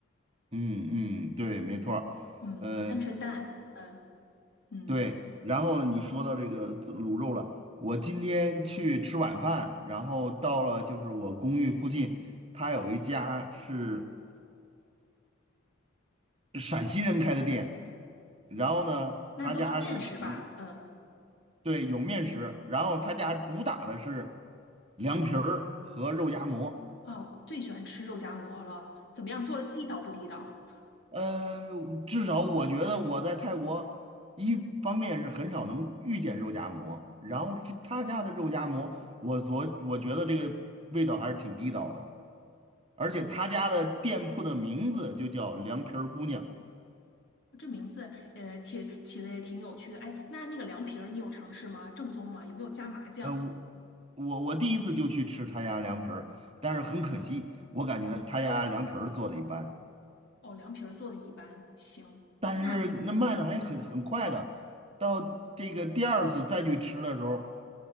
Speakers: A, on the right (about 30°); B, on the left (about 55°).
A: 嗯嗯，对，没错儿。
B: 嗯，
A: 呃
B: 鹌鹑蛋，嗯嗯，
A: 对，然后你说到这个卤肉了，我今天去吃晚饭，然后到了就是我公寓附近，他有一家是陕西人开的店，然后呢，
B: 那都是面食吧？
A: 他家是有一个
B: 嗯，
A: 对有面食，然后他家主打的是凉皮儿和肉夹馍。
B: 哦，我最喜欢吃肉夹馍了，怎么样做的地道不地道？
A: 呃，至少我觉得我在泰国，一方面是很少能遇见肉夹馍，然后这他家的肉夹馍，我昨我觉得这个味道还是挺地道的，而且他家的店铺的名字就叫凉皮儿姑娘。
B: 这名字，呃，挺起的也挺有趣的。哎，那那个凉皮儿你有尝试吗？正宗吗？有没有加麻酱？
A: 呃，我我我第一次就去吃他家凉皮儿，但是很可惜，我感觉他家凉皮儿做的一般，
B: 哦，凉皮儿做的一般，行。
A: 但是那卖的还很很快的，
B: 那嗯。
A: 到这个第二次再去吃的时候，